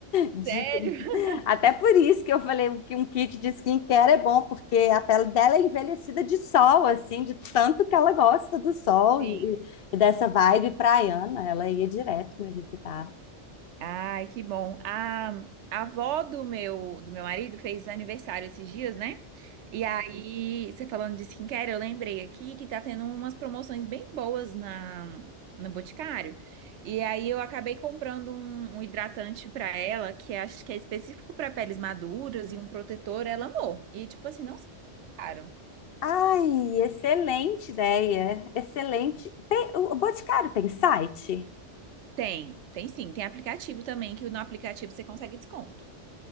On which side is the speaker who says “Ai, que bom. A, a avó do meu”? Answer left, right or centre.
Right